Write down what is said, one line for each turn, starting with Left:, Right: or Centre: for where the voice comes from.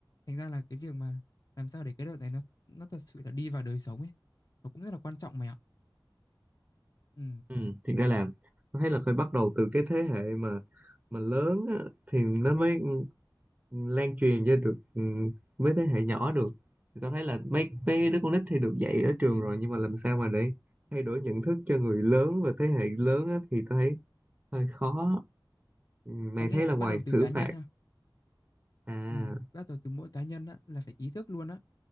Left: Thành ra là cái việc mà làm sao để cái luật này nó nó thật sự là đi vào đời sống ấy nó cũng rất là quan trọng mày ạ. Ừ.
Right: ừ, thiệt ra là tao thấy là phải bắt đầu từ cái thế hệ mà mà lớn á, thì nó mới lan truyền cho được ừ, với thế hệ nhỏ được thì tao thấy là mấy mấy đứa con nít thì được dạy ở trường rồi nhưng mà làm sao mà để thay đổi nhận thức cho người lớn và thế hệ lớn á, thì tao thấy hơi khó Ừ, mày
Left: Tao nghĩ
Right: thấy
Left: là sẽ
Right: là ngoài
Left: bắt đầu
Right: xử
Left: từ cá nhân
Right: phạt
Left: ha
Right: à
Left: Ừm, bắt đầu từ mỗi cá nhân á, là phải ý thức luôn á.